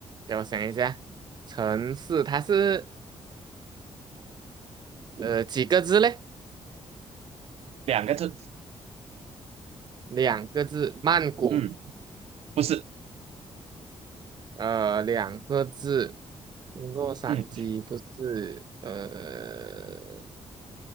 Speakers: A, on the right (about 40°); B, on the right (about 70°).
A: 给我想一下，城市它是呃几个字嘞？
B: 两个字，
A: 两个字，曼谷，
B: 嗯，不是，
A: 呃，两个字，洛杉矶不是，
B: 嗯。
A: 呃，